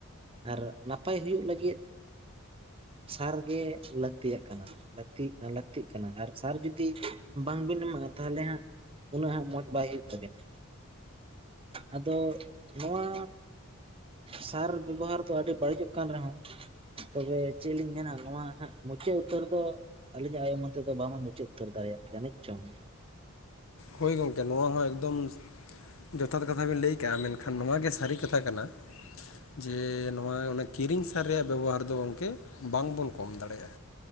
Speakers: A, on the right; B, on the left.
A: ᱟᱨ ᱱᱟᱯᱟᱭ ᱦᱩᱭᱩᱜ ᱞᱟᱹᱜᱤᱫᱼᱼ ᱥᱟᱨ ᱜᱮ ᱞᱟᱹᱠᱛᱤᱭᱟᱜ ᱠᱟᱱᱟ ᱞᱟᱹᱠᱛᱤᱜᱼᱼ ᱞᱟᱹᱠᱛᱤᱜ ᱠᱟᱱᱟ ᱟᱨ ᱥᱟᱨ ᱡᱩᱫᱤ ᱵᱟᱝᱵᱤᱱ ᱮᱢᱟᱜᱼᱟ ᱛᱟᱦᱚᱞᱮ ᱦᱟᱸᱜᱼᱼ ᱩᱱᱟᱹᱜ ᱦᱟᱸᱜ ᱢᱚᱡᱽ ᱵᱟᱭ ᱦᱩᱭᱩᱜ ᱛᱟᱵᱤᱱᱟ᱾ ᱟᱫᱚ ᱱᱚᱣᱟᱼᱼ ᱥᱟᱨ ᱵᱮᱵᱚᱦᱟᱨ ᱫᱚ ᱟᱹᱰᱤ ᱵᱟᱹᱲᱤᱡᱚᱜ ᱠᱟᱱ ᱨᱮᱦᱚᱸᱼᱼ ᱛᱚᱵᱮ ᱪᱮᱫ ᱞᱤᱧ ᱢᱮᱱᱟ ᱱᱚᱣᱟ ᱦᱟᱸᱜ ᱢᱩᱪᱟᱹᱫ ᱩᱛᱟᱹᱨ ᱫᱚᱼᱼ ᱟᱹᱞᱤᱧᱟᱜ ᱟᱭᱳ ᱢᱚᱫᱷᱮ ᱫᱚ ᱵᱟᱝ ᱵᱚᱱ ᱢᱩᱪᱟᱹᱫ ᱩᱛᱟᱹᱨ ᱫᱟᱲᱮᱭᱟᱜᱼᱟ ᱡᱟᱹᱱᱤᱡ ᱪᱚᱝ᱾
B: ᱦᱳᱭ ᱜᱚᱝᱠᱮ ᱱᱚᱣᱟ ᱦᱚᱸ ᱮᱠᱫᱚᱢ ᱡᱚᱛᱷᱟᱛ ᱠᱟᱛᱷᱟ ᱵᱮᱱ ᱞᱟᱹᱭ ᱠᱟᱜᱼᱟ ᱢᱮᱱᱠᱷᱟᱱ ᱱᱚᱣᱟ ᱜᱮ ᱥᱟᱹᱨᱤ ᱠᱟᱛᱷᱟᱼᱼ ᱠᱟᱛᱷᱟ ᱠᱟᱱᱟ᱾ ᱡᱮ ᱱᱚᱣᱟ ᱠᱤᱨᱤᱧ ᱥᱟᱨ ᱨᱮᱭᱟᱜ ᱵᱮᱵᱚᱦᱟᱨ ᱫᱚ ᱜᱚᱢᱠᱮ ᱵᱟᱝ ᱵᱚᱱ ᱠᱚᱢ ᱫᱟᱲᱮᱭᱟᱜᱼᱟ᱾